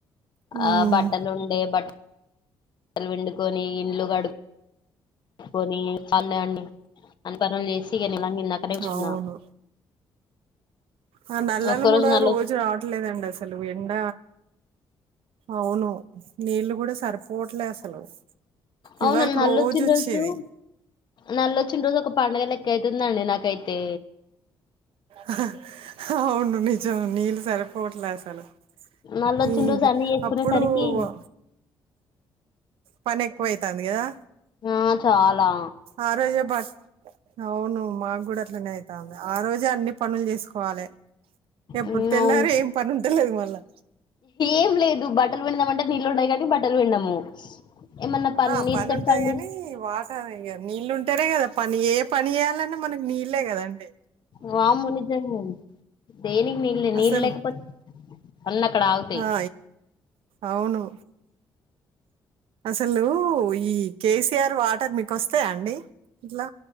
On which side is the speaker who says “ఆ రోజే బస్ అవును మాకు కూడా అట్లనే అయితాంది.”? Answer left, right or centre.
Right